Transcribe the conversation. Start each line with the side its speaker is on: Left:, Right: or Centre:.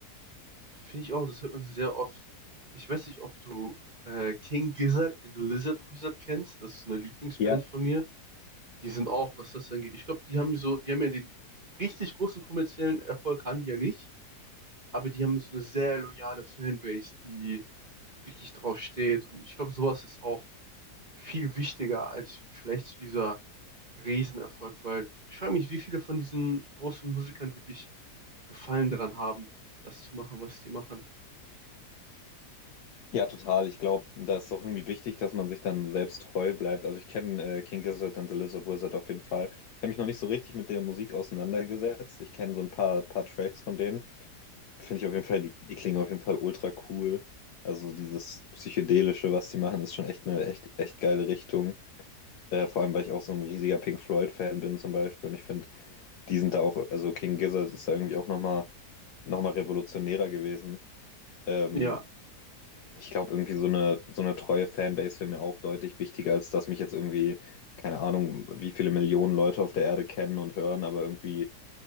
Right: Finde ich auch, das hört man sehr oft. Ich weiß nicht, ob du äh, King Gizzard and the Lizard Wizard kennst. Das ist eine Lieblingsband
Left: Ja,
Right: von mir. Die sind auch, was das angeht. Ich glaube, die haben so, die haben ja den richtig großen kommerziellen Erfolg, haben die ja nicht. aber die haben so eine sehr loyale Fanbase, die wirklich drauf steht. Und ich glaube, sowas ist auch viel wichtiger als vielleicht dieser Riesenerfolg, weil ich frage mich, wie viele von diesen großen Musikern wirklich Gefallen daran haben, das zu machen, was die machen.
Left: Ja, total. Ich glaube, da ist auch irgendwie wichtig, dass man sich dann selbst treu bleibt. Also ich kenne äh, King Gizzard and the Lizard Wizard auf jeden Fall. Ich habe mich noch nicht so richtig mit der Musik auseinandergesetzt. Ich kenne so ein paar, paar Tracks von denen. finde ich auf jeden Fall, die, die klingen auf jeden Fall ultra cool. Also dieses Psychedelische, was die machen, ist schon echt eine echt, echt geile Richtung. Äh, vor allem, weil ich auch so ein riesiger Pink Floyd-Fan bin zum Beispiel. Und ich finde, die sind da auch, also King Gizzard ist da irgendwie auch nochmal noch mal revolutionärer gewesen. Ähm,
Right: Ja,
Left: ich glaube, irgendwie so eine, so eine treue Fanbase wäre mir auch deutlich wichtiger, als dass mich jetzt irgendwie, keine Ahnung, wie viele Millionen Leute auf der Erde kennen und hören, aber irgendwie